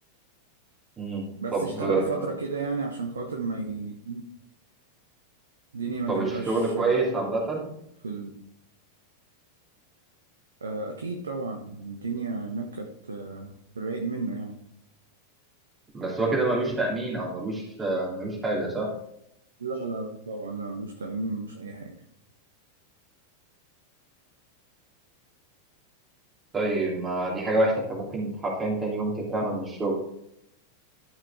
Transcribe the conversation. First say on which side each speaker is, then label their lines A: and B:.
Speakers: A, on the right; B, on the right.
A: مم.
B: بس
A: طب
B: اشتغل
A: آه،
B: فترة كده يعني عشان خاطر ما ي- الدنيا ما
A: طب
B: تبقاش
A: الشغل كويس عامه
B: في ال... آه، اكيد طبعا الدنيا هناك كانت آه، رايق منه يعني
A: بس هو كده ملوش تامين او ملوش آه، ملوش حاجه صح
B: لا لا لا طبعا لا ملوش تأمين مش اي حاجة
A: طيب ما دي حاجه وحشه انت ممكن حرفيا تاني يوم تترمى من الشغل